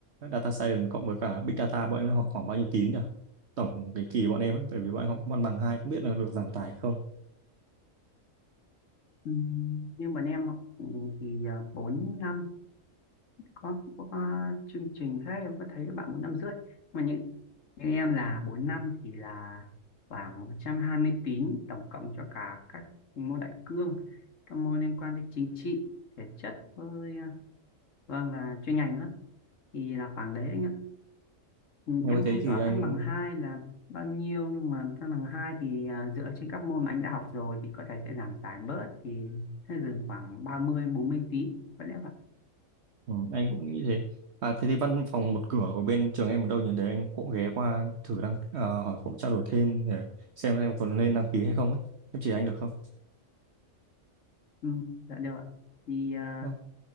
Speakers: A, on the right; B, on the left.
A: data science cộng với cả big data bọn em đang học khoảng bao nhiêu tín nhỉ tổng cái kỳ bọn em ấy, bởi vì bọn em học văn bằng hai không biết là được giảm tải không
B: Ừm, Nhưng mà em học ừ, thì à, 4 năm có, có có chương trình khác em có thấy các bạn bốn năm rưỡi mà như, như em là 4 năm thì là khoảng 120 tín tổng cộng cho cả các môn đại cương các môn liên quan đến chính trị thể chất với à, vâng và chuyên ngành nữa thì là khoảng đấy anh ạ Ừ,
A: nhưng
B: em
A: mà thế
B: không
A: thì
B: rõ
A: anh
B: văn bằng hai là bao nhiêu nhưng mà văn bằng hai thì à, dựa trên các môn mà anh đã học rồi thì có thể sẽ giảm tải bớt thì sẽ dừng khoảng 30 mươi bốn mươi tín có lẽ vậy
A: Ừ, anh cũng nghĩ thế. À, thế thì văn phòng một cửa của bên trường em ở đâu nhỉ? Để anh cũng ghé qua thử đăng ờ, hỏi cũng trao đổi thêm để xem em còn nên đăng ký hay không ấy. Em chỉ anh được không?
B: ừ, dạ được ạ thì à,
A: Không.